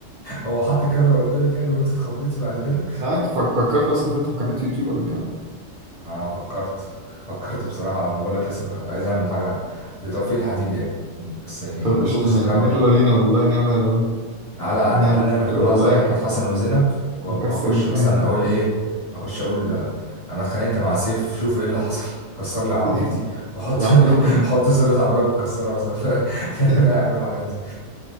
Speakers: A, on the left; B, on the right.
A: هو حط الكاميرا قدامك يعني وانت اتخضيتي بعد كده
B: لا انت فك- فكرت اصلا تفتح قناة يوتيوب قبل كده
A: انا فكرت فكرت بصراحه ما بقول لك لسه عايز اعمل حاجه دي توفيق الحديد يعني بس يعني
B: طب
A: ما
B: قشطة
A: اظنش
B: ن-
A: ان انا
B: يلا بينا والله نعمل انا وانت
A: تعالى
B: نعمل
A: تعالى نعمل قناة
B: والله
A: زي
B: كنت
A: أحمد حسن وزينب و-
B: مكسر
A: وأخش
B: الدنيا
A: مثلا أقول إيه أخش أقول آه، أنا اتخانقت مع سيف شوف إيه اللي حصل كسر لي عربيتي
B: <laughs>
A: وأحط
B: يا عم
A: <laughs>
B: يلا بينا
A: أحط صورة عربية متكسرة مثلا ف-
B: <laughs>
A: نعمل أي حاجة من الحاجات دي